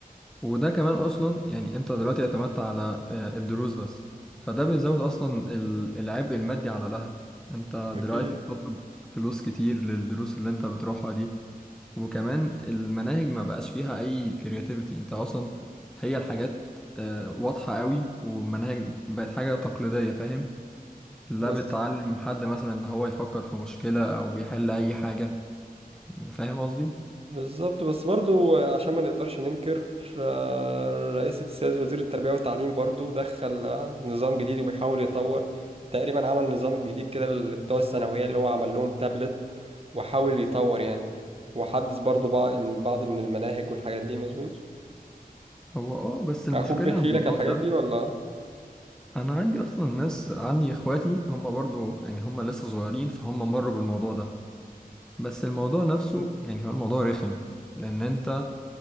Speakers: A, in the centre; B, on the right.
A: وده كمان اصلا يعني انت دلوقتي اعتمدت على آه، الدروس بس فده بيزود اصلا ال- العبء المادي على الاهل انت
B: اكيد
A: دلوقتي بتطلب فلوس كتير للدروس اللي انت بتروحها دي وكمان المناهج ما بقاش فيها اي كرياتيفيتي انت اصلا هي الحاجات آه، واضحة قوي والمناهج بقت حاجة تقليدية فاهم لا
B: بس
A: بتعلم حد مثلا ان هو يفكر في مشكلة او يحل اي حاجة فاهم قصدي
B: بالظبط بس برضو عشان ما نقدرش ننكر آه، رئيس السياسة وزير التربية والتعليم برضو دخل آه، نظام جديد وبيحاول يطور تقريبا عمل نظام جديد كده اللي بتوع الثانوية اللي هو عمل لهم تابلت وحاول يطور يعني وحدث برضو بعض بعض من المناهج والحاجات دي مظبوط
A: هو اه بس المشكلة
B: اخوك بيحكي
A: إن الموضوع
B: لك على الحاجات
A: ده
B: دي ولا
A: انا عندي اصلا ناس عندي اخواتي هم برضو يعني هم لسه صغيرين فهم مروا بالموضوع ده بس الموضوع نفسه يعني هو الموضوع رخم لان انت